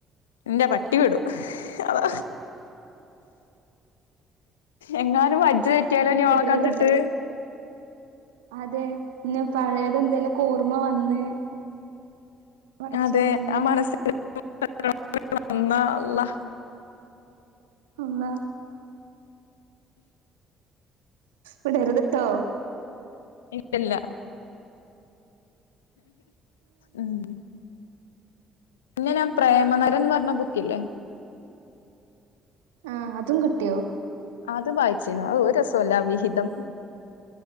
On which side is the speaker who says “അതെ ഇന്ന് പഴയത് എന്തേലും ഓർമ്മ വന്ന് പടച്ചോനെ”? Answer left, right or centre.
Right